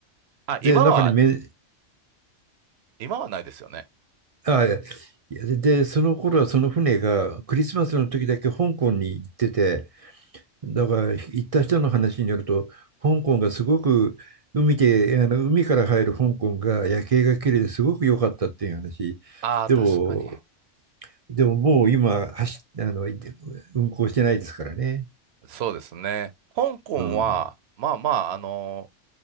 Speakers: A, on the right; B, on the right.
A: あ、
B: で、
A: 今は、
B: 中にめ
A: 今はないですよね。
B: あ、いや、いやで、でその頃はその船がクリスマスの時だけ香港に行ってて、だから行った人の話によると、香港がすごく海で、あの海から入る香港が夜景が綺麗ですごく良かったっていう話。
A: ああ、
B: でも、
A: 確かに。
B: でももう今走っ、あの、運航してないですからね。
A: そうですね。香港は、
B: うん。
A: まあまあ、あの